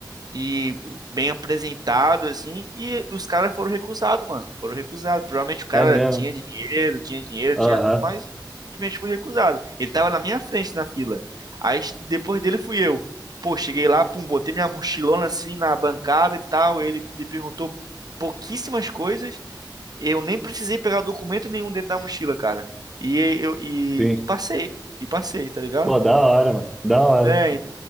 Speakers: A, on the right (about 55°); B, in the centre.
A: e bem apresentado, assim, e os caras foram recusados, mano. Foram recusados. Provavelmente o cara
B: É mesmo.
A: tinha dinheiro, tinha dinheiro,
B: Aham,
A: tinha tudo, mas simplesmente foi recusado. Ele tava na minha frente na fila. Aí depois dele fui eu. Pô, cheguei lá, pum, botei minha mochilona assim na bancada e tal. Ele me perguntou pouquíssimas coisas. Eu nem precisei pegar documento nenhum dentro da mochila, cara. E eu e,
B: sim.
A: e passei, e passei, tá ligado?
B: Pô, da hora, mano. Da hora.
A: É, ent-